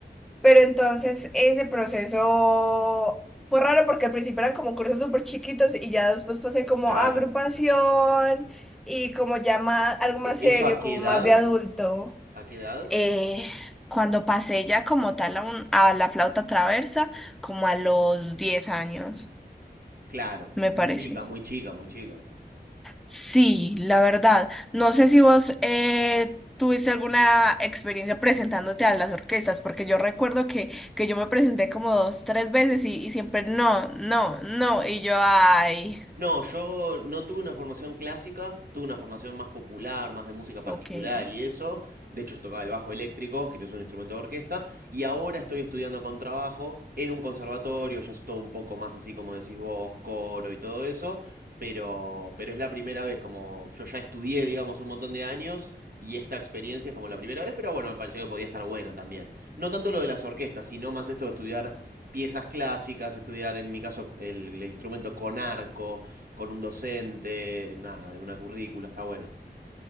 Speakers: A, in the centre; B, on the right.
A: Pero entonces ese proceso fue raro porque al principio eran como cursos súper chiquitos y ya después pasé como
B: Claro.
A: a agrupación y como ya más, algo más
B: ¿E-
A: serio,
B: ¿Eso a qué
A: como
B: edad?
A: más de adulto.
B: ¿A qué edad?
A: eh, cuando pasé ya como tal a, un- a la flauta traversa, como a los 10 años,
B: Claro,
A: me
B: muy
A: parece.
B: chica, muy chica, muy chica.
A: Sí, la verdad. No sé si vos eh, tuviste alguna experiencia presentándote a las orquestas, porque yo recuerdo que, que yo me presenté como dos, tres veces y, y siempre no, no, no. Y yo, ay,
B: No, yo no tuve una formación clásica, tuve una formación más popular, más de música particular
A: ok.
B: y eso. De hecho, yo tocaba el bajo eléctrico, que no es un instrumento de orquesta, y ahora estoy estudiando contrabajo en un conservatorio, ya es todo un poco más así como decís vos, coro y todo eso, pero, pero es la primera vez, como yo ya estudié, digamos, un montón de años, y esta experiencia es como la primera vez, pero bueno, me pareció que podía estar buena también. No tanto lo de las orquestas, sino más esto de estudiar piezas clásicas, estudiar en mi caso el, el instrumento con arco, con un docente, nada, en una currícula, está bueno.